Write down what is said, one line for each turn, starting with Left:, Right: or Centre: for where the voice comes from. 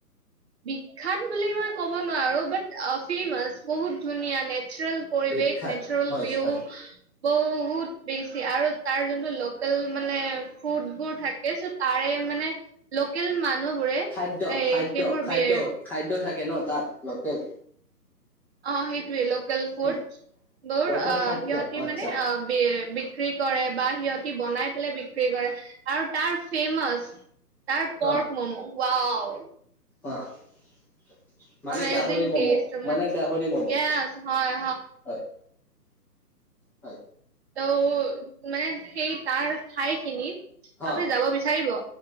Right: বিখ্যাত বুলি মই ক'ব নোৱাৰো বাট ফেমাচ বহুত ধুনীয়া নেচাৰেল পৰিৱেশ
Centre: বিখ্যাত
Right: নেচাৰেল
Centre: হয়
Right: ভউ
Centre: হয়
Right: বহুত বেছি আৰু তাৰ যোনটো লোকেল মানে ফুড বোৰ থাকে চ' তাৰে মানে লোকেল মানুহ বোৰে এ
Centre: খাদ্য খাদ্য
Right: সেইবোৰ
Centre: খাদ্য খাদ্য থাকে ন তাত লোকেল
Right: অ সেইটোৱে লোকেল ফুড
Centre: উ
Right: বৌৰ,
Centre: লোকেল
Right: অ'
Centre: খাদ্য
Right: সিহঁতি
Centre: আচ্ছা
Right: মানে অ' বি বিক্ৰী কৰে বা সিহঁতি বনাই পেলাই বিক্ৰী কৰে। আৰু তাৰ ফেমাচ তাৰ পৰ্ক
Centre: অ
Right: মম', ৱাও
Centre: অ' মানে
Right: আমেজিং
Centre: গাহৰি ম'ম'?
Right: টেষ্ট মান
Centre: মানে গাহৰি ম'ম'?
Right: য়েছ হয়
Centre: হয়। হয়
Right: ত' মানে সেই তাৰ ঠাইখিনিত
Centre: হা
Right: আপুনি যাব বিচাৰিব?